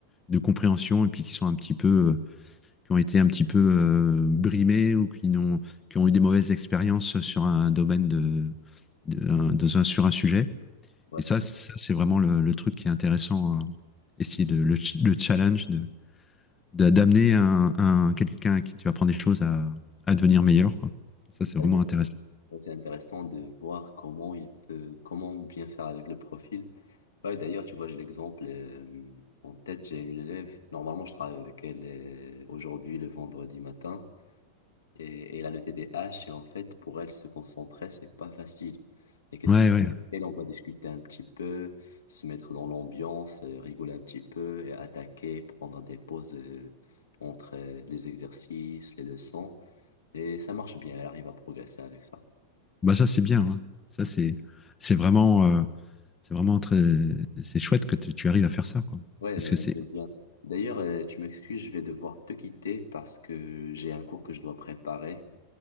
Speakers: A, on the left; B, on the left.
A: de compréhension et puis qui sont un petit peu, euh, qui ont été un petit peu euh, brimés ou qui n'ont, qui ont eu des mauvaises expériences sur un domaine de, de, un- dans un- sur un sujet.
B: Ouais,
A: Et ça, ça, c'est vraiment le, le truc qui est intéressant, hein. essayer de le, ch- le challenge de, de- d'amener un, un- quelqu'un à qui tu apprends des choses à, à devenir meilleur, quoi. Ça, c'est
B: c'est ça
A: vraiment
B: exactement.
A: intéressant.
B: Donc, C'est intéressant de voir comment il peut, comment bien faire avec le profil. Ouais, d'ailleurs, tu vois, j'ai l'exemple euh, en tête, j'ai une élève, normalement je travaille avec elle euh, aujourd'hui, le vendredi matin, et, et elle a le T D A H et en fait, pour elle, se concentrer, c'est pas facile. Et qu'est-ce
A: Ouais,
B: que
A: ouais.
B: avec elle, on va discuter un petit peu, se mettre dans l'ambiance, euh, rigoler un petit peu, et attaquer, prendre des pauses euh, entre euh, les exercices, les leçons, et ça marche bien, elle arrive à progresser avec ça.
A: Bah ça, c'est bien. hein. Ça, c'est c'est vraiment euh, c'est vraiment très c'est chouette que tu tu arrives à faire ça, quoi.
B: Ouais,
A: Parce
B: je
A: que
B: veux
A: c'est
B: bien. D'ailleurs, euh, tu m'excuses, je vais devoir te quitter parce que j'ai un cours que je dois préparer